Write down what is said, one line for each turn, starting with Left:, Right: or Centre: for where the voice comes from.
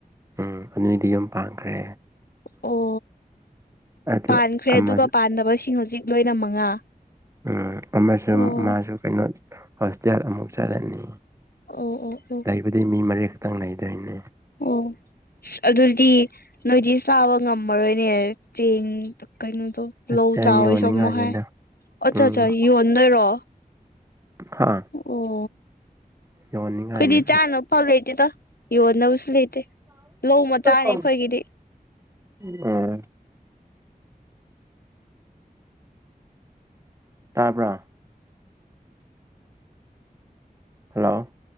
Right: ꯎꯝ ꯑꯗꯨꯏꯗꯤ ꯌꯥꯝ ꯄꯥꯡꯈ꯭ꯔꯦ
Left: ꯑꯣ
Right: ꯑꯗꯨ
Left: ꯄꯥꯟꯈ꯭ꯔꯦ
Right: ꯑꯃꯁꯨ
Left: ꯑꯗꯨꯒ ꯄꯥꯟꯗꯕꯁꯤꯡ ꯍꯧꯖꯤꯛ ꯂꯣꯏꯅ ꯃꯉꯥ
Right: ꯎꯝ ꯑꯃꯁꯨꯡ
Left: ꯑꯣ
Right: ꯃꯥꯁꯨ ꯀꯩꯅꯣ ꯍꯣꯁꯇꯦꯜ ꯑꯃꯨꯛ ꯆꯠꯂꯅꯤ
Left: ꯑꯣ ꯑꯣ
Right: ꯂꯩꯕꯗꯤ ꯃꯤ ꯃꯔꯤ ꯈꯛꯇꯪ ꯂꯩꯗꯣꯏꯅꯦ
Left: ꯑꯣ ꯑ ꯑꯗꯨꯗꯤ ꯅꯣꯏꯗꯤ ꯆꯥꯕ ꯉꯝꯃꯔꯣꯏꯅꯦ ꯆꯦꯡ ꯀꯩꯅꯣꯗꯣ ꯂꯧ
Right: ꯆꯦꯡ
Left: ꯆꯥꯎ
Right: ꯌꯣꯟꯅꯤꯡꯉꯥꯏꯅꯤꯗ
Left: ꯃ ꯍꯥꯏ ꯑꯆꯥ
Right: ꯎꯝ
Left: ꯑꯆꯥ ꯌꯣꯠ ꯅꯣꯏꯔꯣ
Right: ꯍꯥ
Left: ꯑꯣ
Right: ꯌꯣꯟꯅꯤꯡꯉꯥꯏꯅꯤ
Left: ꯑꯈꯣꯏꯗꯤ ꯆꯥꯅ ꯐꯥꯎꯂ ꯂꯩꯇꯦꯇ ꯌꯣꯟꯅꯕꯁꯨ ꯂꯩꯇꯦ ꯂꯧ ꯃꯆꯥꯅꯦ
Right: ꯎꯝ
Left: ꯑꯩꯈꯣꯏꯒꯤꯗꯤ꯫
Right: ꯎꯝ ꯇꯥꯕꯔꯥ ꯍꯜꯂꯣ